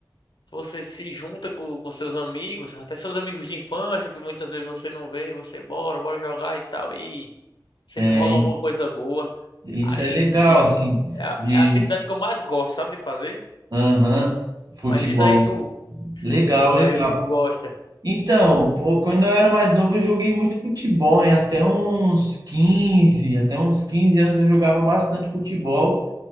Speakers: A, on the left (about 80°); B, on the right (about 55°).
A: você se junta com, com seus amigos, até seus amigos de infância, que muitas vezes você não vê, você bora, bora jogar e tal. E sempre
B: é,
A: rola alguma coisa boa.
B: isso
A: Aí,
B: é legal,
A: tipo,
B: assim,
A: é a,
B: de,
A: é a atividade que eu mais gosto, sabe, de fazer.
B: aham, futebol.
A: Mas diz aí tu,
B: Legal,
A: tu
B: legal.
A: aí o que tu gosta.
B: Então, pô, quando eu era mais novo, eu joguei muito futebol, hein? Até uns quinze até uns 15 anos eu jogava bastante futebol.